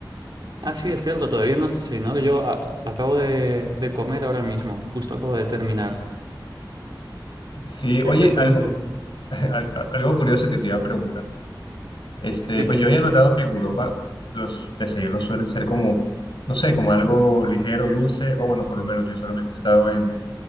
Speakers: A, on the right (about 60°); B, on the left (about 75°).
A: Ah, sí, es cierto, todavía no has desayunado. Yo ah, acabo de, de comer ahora mismo, justo acabo de terminar.
B: Sí,
A: He,
B: oye,
A: he comido.
B: algo, <laughs> al-
A: Sí,
B: algo curioso que te iba a preguntar. Este,
A: sí,
B: pues yo había notado que en Europa los desayunos suelen ser como, no sé, como algo ligero, dulce, o bueno, por lo menos yo solamente he estado en,